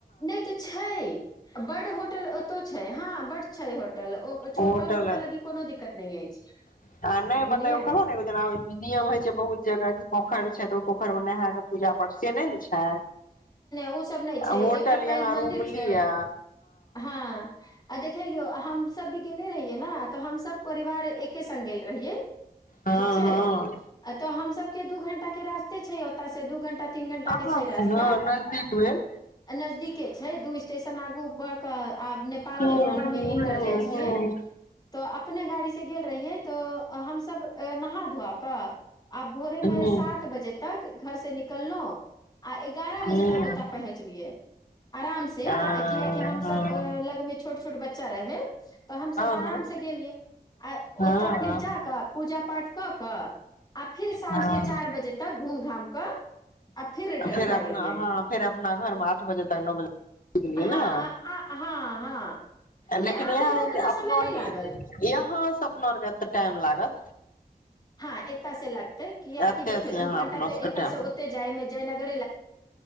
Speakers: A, on the left; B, on the left.
A: नहि तऽ छै बड होटल ओतौ छै हँ बड्ड छै होटल ओ छोटल
B: होटल
A: टूटल लगी कोनो दिक्कत नहि अछि
B: आ नहि
A: बुझलियै
B: मतलब कहलहु ने एगो जेना नियम होइ छै बहुत जगह कि पोखरि छै त ओ पोखरमे नेहाँके पूजा पड़ छै से नहि ने छै
A: ओ सब नहि छै
B: होटल
A: एकटा पैघ
B: यहाँ
A: मन्दिर
B: रूम
A: छै
B: लिअ
A: हँ आ देख लियौ हमस भी गेले रहियै ने तऽ हम सब परिवार एके स् गेल रहिै
B: हँ
A: ठीक छै
B: हँ
A: तऽ हमस के दू घंटा के रास्ते छै ओतय से दू घंटा तीन घंटा
B: अहाँ
A: के छै रास्ता
B: से हँ नजदीक भेल
A: नजदीके छै दू स्टेशन आगू बढ़ क आ नेपाल
B: हूँ
A: के बॉर्डर
B: हूँ
A: मे इनकर
B: हूँ
A: जाइ छियै
B: हूँ
A: तऽ अपने गाड़ीसँ गेल रहियै तऽ हमसब नहा धोआ कऽ आब भोरे
B: हूँ
A: मे सात बजे तक घर से निकललो आ एगारह
B: हूँ
A: बजे
B: हूँ
A: तक
B: हूँ
A: ओतय पहुँचलियै आराम से
B: आ हँ
A: किियकि हमस लगमे छोट छोट छोट बच्चा रहै तऽ हमसभ आराम
B: हँ
A: से गेलियै आ
B: हँ हँ
A: ओतय फिर जा कऽ पूजा पाठ कऽ कऽ आ फिर साँझ
B: हँ
A: के चारि बजे तक घूम घाम कऽ रिटर्न
B: फेर
A: भए
B: अपना
A: गेलियै
B: अहाँ फेर अपना घर मे आठ बजे तक नओ बजेलियै
A: हँ
B: ने
A: आ हँ हँ नहि
B: लेकिन
A: आबयमे
B: इएह
A: उतना समय
B: अपना
A: नहि
B: आरके
A: लागल
B: यहाँ सब तऽ टाइम लागत
A: हँ ए तऽ से लगतै कियाकि
B: एते
A: देखियौ
B: से यहाँ
A: दू घं्टा
B: अपना
A: तऽ
B: सबके
A: एतय
B: टाइम
A: से
B: हूँ
A: ओते जाय मे जयनगर